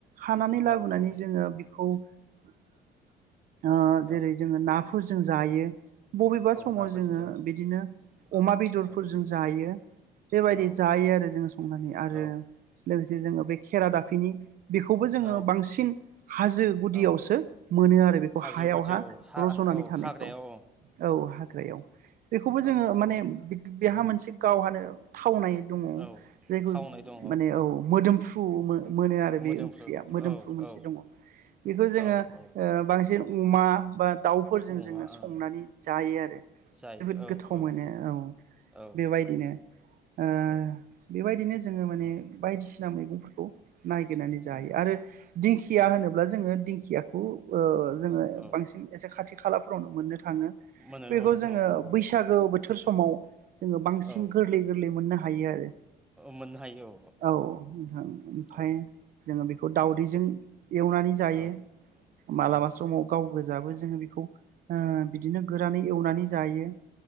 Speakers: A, on the right; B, in the centre.
A: खानानै लाबोनानै
B: औ औ
A: जोङो बि खौ ओ जेरै
B: औ
A: जोङो ना फोरजों जायो बबेबा
B: औ
A: समाव
B: नाफोरजों
A: जोङो
B: जायो
A: बिदिनो अमा
B: औ
A: बेदरफोरजों
B: औ
A: जायो बेबायदि
B: औ
A: जायो आरो जोङो संनानै आरो
B: औ
A: लोगोसे जोङो बे खेरा दाफिनि बेखौबो जोङो
B: औ
A: बांसिन हाजो गुदियावसो
B: औ
A: मोनो आरो बेखौ
B: हाजो
A: हायाव
B: गुदियाव
A: हा
B: औ
A: रज'नानै
B: औ
A: थानायखौ
B: हाग्रायाव
A: औ हाग्रायाव बेखौबो जोङो
B: औ
A: माने बेहा मोनसे गावहानो थावनाय दङ
B: औ
A: जायखौ
B: थावनाय दं
A: माने औ मोदोमफुर फुहमो मोनो आरो
B: मोदोमफ्रु
A: बे ओंख्रिया मोदोमफ्रु
B: औ
A: मोनसे
B: औ
A: दङ बेखौ जोङो
B: औ
A: ओ
B: औ
A: बांसिन अमा बा दाउफोरजों
B: अमा
A: जोङो संनानै
B: ओ
A: जायो आरो
B: जायो
A: जोबोद गोथाव
B: औ
A: मोनो औ
B: औ
A: बेबायदिनो
B: औ
A: ओ
B: औ
A: बेबायदिनो जोङो माने
B: उम
A: बायदि सिना मैगंफोरखौ नायगिरनानै जायो
B: उम
A: आरो दिंखिया
B: उम
A: होनोब्ला जोङो दिं खियाखौ ओ जोङो
B: औ
A: बांसिन एसे खाथि खाला फोरावनो मोननो थाङो
B: मोनो
A: बैबौ
B: औ
A: जोङो
B: औ नंगौ
A: बैसागो बोथोर समाव जोङो बांसिन
B: औ
A: गोरलै मोननो हायो आरो।
B: मोननो हायो
A: औ नोंथां ओमफाय
B: औ
A: जोङो बेखौ दावदैजों
B: औ
A: एवनानै जायो
B: औ
A: मालाबा
B: औ
A: समाव गाव गोजाबो जोङो बिखौ ओ बिदिनो गोरानै एवनानै जायो